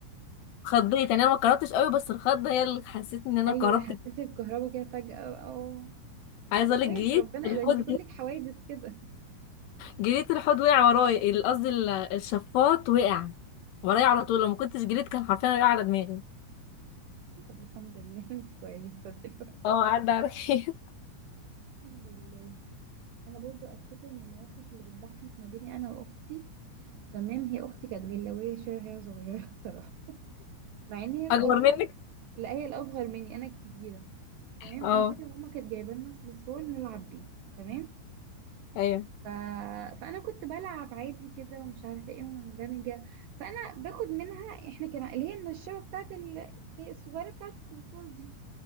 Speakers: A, on the left; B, on the right.
A: اتخضيت يعني انا ما اتكهربتش قوي بس الخضه هي اللي حسيت ان انا
B: ايوه
A: اتكهربت
B: حسيتي بكهربا كده فجاه او أو-
A: عايزه
B: ده
A: اقول لك
B: كويس
A: جريت
B: ربنا
A: الحوض
B: ده انت كلك حوادث كده
A: جريت الحوض وقع ورايا ال- قصدي ال- الشفاط وقع ورايا على طول لو ما كنتش جريت كان حرفيا وقع على دماغي
B: طب الحمد لله <laughs> انتي كويسة دلوقتي
A: اه عدى عليك <laughs>
B: الحمد لله انا برضو افتكر من المواقف اللي بتضحك ما بيني انا واختي تمام هي اختي كانت جلاويه شويه وهي صغيره <laughs> صراحه مع ان هي الاصغر
A: اكبر منك
B: لا هي الاصغر مني انا الكبيره تمام
A: اه
B: انا فاكره ماما كانت جايبه لنا صلصال نلعب بيه تمام
A: ايوه
B: ف... فانا كنت بلعب عادي كده ومش عارفه ايه ومندمجه فانا باخد منها احنا كان اللي هي النشابه بتاعت ال... الصغيره بتاعت الصلصال دي